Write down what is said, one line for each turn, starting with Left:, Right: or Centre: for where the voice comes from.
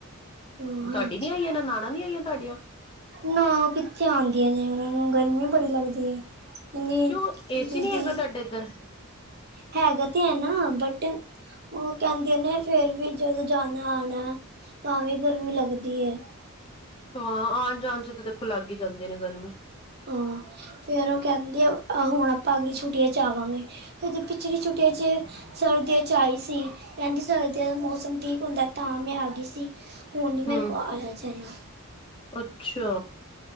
Right: ਹਾਂਜੀ
Left: ਤੁਹਾਡੀ ਨੀ ਆਈ ਏ, ਨਣਾਨਾਂ ਨੀ ਆਈਆਂ ਤੁਹਾਡੀਆਂ?
Right: ਨਾ, ਕਿੱਥੇ ਆਉਂਦੀਆਂ ਨੇ ਉਹਨਾਂ ਨੂੰ ਗਰਮੀ ਬੜੀ ਲੱਗਦੀ ਹੈ। ਇਨੀ
Left: ਕਿਉਂ ਏਸੀ
Right: ਦੀਦੀ
Left: ਨੀ ਹੈਗਾ ਤੁਹਾਡੇ ਇੱਧਰ
Right: ਹੈਗਾ ਤੇ ਹੈ ਨਾ ਬਟ, ਉਹ ਕਹਿੰਦੇ ਨੇ ਫੇਰ ਵੀ ਜਦੋਂ ਜਾਣਾ-ਆਣਾ ਤਾਂ ਵੀ ਗਰਮੀ ਲੱਗਦੀ ਹੈ।
Left: ਹਾਂ ਆਨ ਜਾਣ ਚ ਤਾਂ ਦੇਖੋ ਲੱਗ ਹੀ ਜਾਂਦੇ ਨੇ ਗਰਮੀ।
Right: ਹਾਂ ਫੇਰ ਉਹ ਕਹਿੰਦੀ ਆ ਹੁਣ ਆਪਾਂ ਅਗਲੀਆਂ ਛੁੱਟੀਆਂ ਚ ਆਵਾਂਗੇ ਫਿਰ ਪਿਛਲੀ ਛੁੱਟੀ ਤੇ 'ਜੇ ਸਰਦੀਆਂ 'ਚ ਆਈ ਸੀ, ਕਹਿੰਦੀ ਸਰਦੀਆਂ ਦਾ ਮੌਸਮ ਠੀਕ ਹੁੰਦਾ। ਤਾਂ ਮੈਂ ਆ ਗਈ ਸੀ। ਹੁਣ ਨੀ ਮੇਰੇ
Left: ਹੂੰ
Right: ਕੋ ਆਯਾਜਾਣਾ।
Left: ਅੱਛਾ!